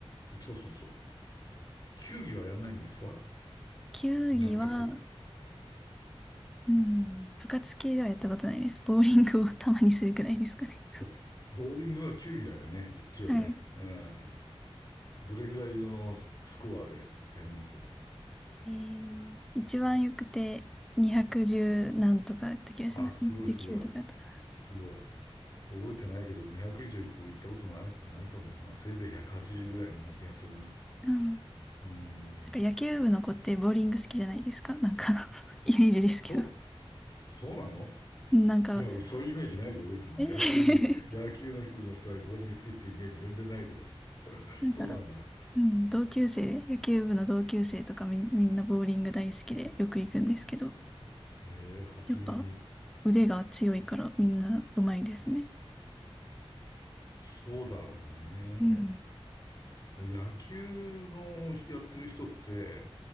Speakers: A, on the left; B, in the centre.
A: そうそうそう。球技はやらないんですか
B: 球技は、
A: 全く。
B: うん、部活系ではやったことないです。ボーリングをたまにするくらいですかね。
A: そっかボーリングは球技だよね。一応ね。
B: はい。
A: うん。どれぐらいのススコアでやります
B: えー、一番よくて、210何とかだった気がします。
A: あ、すごいすごい。
B: 209とかだったか
A: すごい。覚えてないけど、200以上僕行ったことない、ないと思うな。せいぜい180ぐらいのような気がするな。
B: な。
A: うん。
B: なんか野球部の子ってボーリング好きじゃないですかなんか <laughs> イメージですけど。
A: お、そうなの
B: なんか、
A: いや、そういうイメージないよ、別に。
B: えー
A: 野球部、野球の部の人はボーリング好きってイメージ全然ないけど。<laughs>
B: <laughs> なんか、
A: そうなんだ。
B: うん、同級生、野球部の同級生とかみ、みんなボーリング大好きでよく行くんですけど、
A: えー、初耳。
B: やっぱ腕が強いからみんな上手いですね。
A: そうだろうね。
B: うん。
A: 野球のやってる人って、